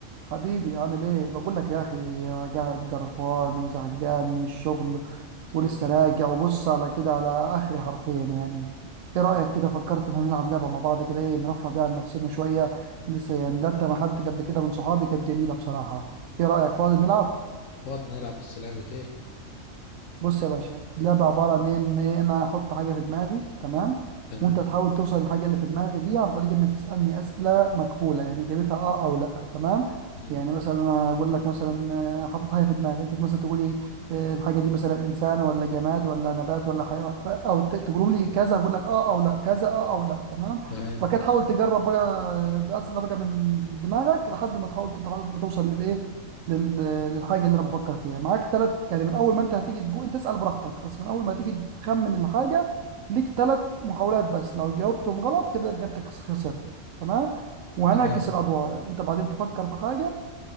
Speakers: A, on the right; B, on the left.
A: حبيبي عامل ايه بقول لك يا اخي قاعد قرفان وزهقان من الشغل ولسه
B: قول لي
A: راجع وبص على كده على اخري حرفيا يعني
B: مم.
A: ايه رايك كده فكرت ان هنلعب لعبه مع بعض كده ايه نرفه بيها عن نفسنا شويه لسه يعني لعبت مع حد قبل كده من صحابي كانت جميله بصراحه ايه رايك فاضي نلعب
B: فاضي نلعب بس لعبة ايه
A: بص يا باشا اللعبة عبارة عن إيه؟ إن إيه، أنا أحط حاجة في دماغي تمام
B: تمام
A: وأنت تحاول توصل للحاجة اللي في دماغي دي عن طريق إنك تسألني أسئلة مكفولة يعني إجابتها أه أو لأ تمام
B: مم.
A: يعني مثلا أنا أقول لك مثلا آه، حاطط حاجة في دماغي أنت مثلا تقول لي آه، الحاجة دي مثلا إنسان ولا جماد ولا نبات ولا حيوان ف- أو ت- تقول لي كذا أقول لك أه أو لأ كذا أه أو لأ تمام
B: تمام
A: وبعد كده تحاول تجرب بقى آه، بأسئلة بقى من دماغك لحد ما تحاول لحد ما توصل للإيه لل- للحاجه اللي انا بفكر فيها معاك ثلاث يعني من اول ما انت هتيجي تجو انت اسال براحتك بس من اول ما تيجي تخمن الحاجه ليك ثلاث محاولات بس لو جاوبتهم غلط كده يبقى انت خس- خسرت تمام وهنعكس
B: تمام
A: الادوار انت بعدين تفكر في حاجه